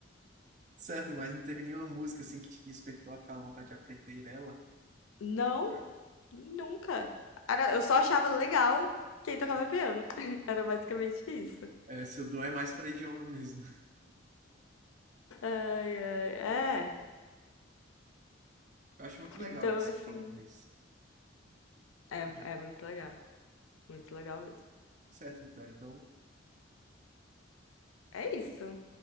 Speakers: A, on the right; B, on the left.
A: Certo, mas não teve nenhuma música assim que te despertou aquela vontade de aprender ela
B: Não,
A: a tocar?
B: nunca. Era, eu só achava legal quem tocava piano. <laughs> Era basicamente isso.
A: É, seu dom é mais para idioma mesmo. <laughs>
B: Ai, ai, é.
A: Eu acho muito legal
B: Então,
A: isso
B: assim,
A: de falar inglês.
B: é,
A: Ah, já.
B: é muito legal. Muito legal mesmo.
A: Certo, Vitória. Então.
B: É isso.